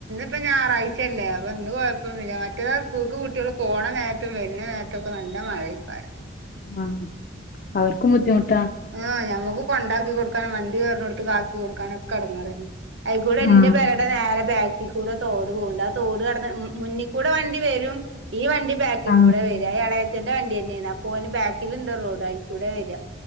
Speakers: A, on the right (about 65°); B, on the left (about 45°).
A: ഇപ്പൊ ഞായറാഴ്ച അല്ലേ അപ്പൊന്ന് കുഴപ്പൊന്നുമില്ല മറ്റോ സ്കൂൾക്ക് കുട്ടികൾ പോണ നേരത്തും വരുന്ന നേരത്തൊക്കെ നല്ല നല്ല മഴക്കാരം
B: ആ അവർക്കും ബുദ്ധിമുട്ട
A: ആ ഞമ്മക്ക് കൊണ്ടാക്കി കൊടുക്കാനും വണ്ടി കയറണ എടുത്ത് ആാക്കി കൊടുക്കാനും ഒക്കെ എടങ്ങാറാന്നെ അയികൂടെ എന്റെ
B: ആ
A: പേരേടെ നേരെ ബാ കൂടെ തോട് പോഉണ്ട് ആ തോട് കടന്ന് മുന്നിൽ കൂടെ വണ്ടി വരും ഈ വണ്ടി ബാക്കിൽ
B: ആ
A: കൂടെ വെരിയ ഇളയച്ഛന്റെ വണ്ടി തന്നെയാണ് അപ്പോ ഓന് ബാക്കിലുണ്ട് റോഡ് ആയി കൂടെ വരിയാ